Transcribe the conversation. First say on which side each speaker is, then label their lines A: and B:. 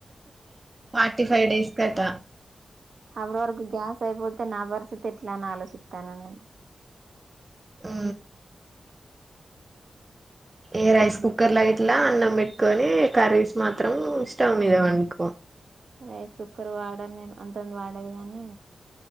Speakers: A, on the right; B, on the right.
A: ఫార్టీ ఫై డేస్ ఎత
B: అ్రవర్కు గ్యాస్ అయిబోదు నా భరస తెట్లా నా ఆలోచితత న
A: ఆ ఏ రాైస్ కుకర్ ట్లా అన్నం పెట్టుకొని కర్రీస్ మాత్రం స్టవ్ మీద వండుకో
B: రైస్ కుక్కర్ వాడాను నేను అంత ముందు వాడి కాగానీ